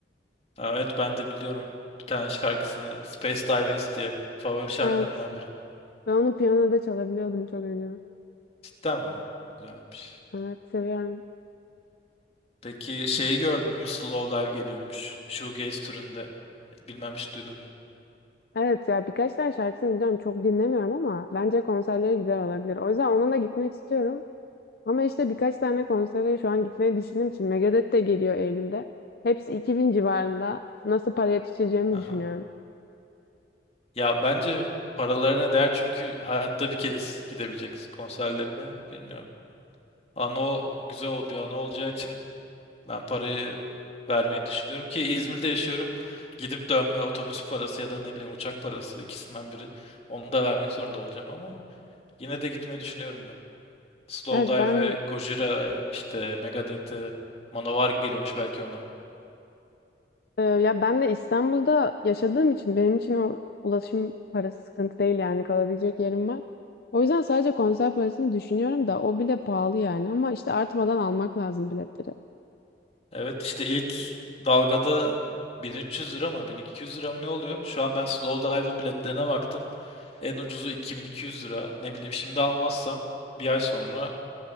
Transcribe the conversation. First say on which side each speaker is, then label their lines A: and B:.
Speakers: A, on the left; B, on the left.
A: Ha, evet ben de biliyorum bir tane şarkısını Space Dive S diye favori şarkılarımdan
B: Evet.
A: biri.
B: Ben onu piyanoda çalabiliyordum çok önce.
A: Cidden mi? Güzelmiş.
B: Evet seviyorum.
A: Peki şeyi gördün mü? Slow Live geliyormuş. Shoegaze türünde. Bilmem hiç duydun mu?
B: Evet ya birkaç tane şarkısını biliyorum. Çok dinlemiyorum ama bence konserleri güzel olabilir. O yüzden onunla gitmek istiyorum. Ama işte birkaç tane konsere şu an gitmeyi düşündüğüm için Megadeth de geliyor Eylül'de. Hepsi 2000 civarında. Nasıl para yetiştireceğimi
A: Aha.
B: düşünüyorum.
A: Ya bence paralarına değer çünkü hayatta bir kez gidebileceksin konserlerine. Bilmiyorum. Anı o, güzel ol- bir anı olacağı için ben parayı vermeyi düşünüyorum ki İzmir'de yaşıyorum. Gidip dönme otobüs parası ya da ne bileyim uçak parası ikisinden biri. Onu da vermek zorunda olacağım ama yine de gitmeyi düşünüyorum ben. Slowdive
B: Evet ben
A: ve Gojira işte Megadeth'e Manowar geliyormuş belki ona.
B: Ee, ya ben de İstanbul'da yaşadığım için benim için o ulaşım parası sıkıntı değil yani kalabilecek yerim var. O yüzden sadece konser parasını düşünüyorum da o bile pahalı yani ama işte artmadan almak lazım biletleri.
A: Evet işte ilk dalgada 1300 lira mı 1200 lira mı ne oluyor? Şu an ben Slowdive'ın biletlerine baktım. En ucuzu 2200 lira. Ne bileyim şimdi almazsam bir ay sonra